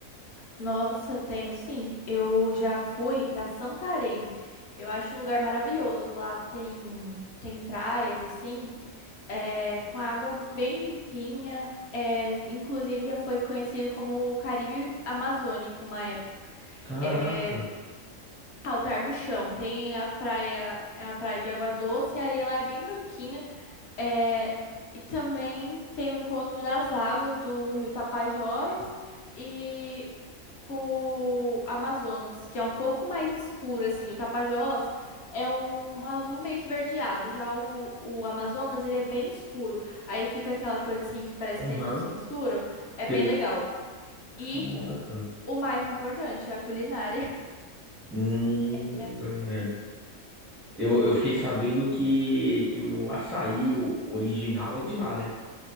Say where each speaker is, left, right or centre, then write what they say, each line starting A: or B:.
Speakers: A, on the left (about 60°); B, in the centre.
A: Nossa, tenho sim. Eu já fui para Santarém. Eu acho um lugar maravilhoso. Lá tem tem praias assim, é, com água bem limpinha. É, inclusive já foi conhecido como o Caribe Amazônico uma época.
B: Caraca,
A: É, Altar do Chão. Tem a praia, é a praia de água doce, a areia lá é bem branquinha. É, e também tem o encontro das águas do Rio Tapajós e com o Amazonas, que é um pouco mais escuro, assim. O Tapajós é um um azul meio esverdeado, já o, o Amazonas, ele é bem escuro. Aí fica aquela coisa, assim, que parece
B: aham,
A: que eles não se misturam. É bem
B: sei.
A: legal. E
B: Caraca.
A: o mais importante, a culinária.
B: Hum,
A: <laughs>
B: é, Eu, eu fiquei sabendo que, que o açaí o original é de lá, né?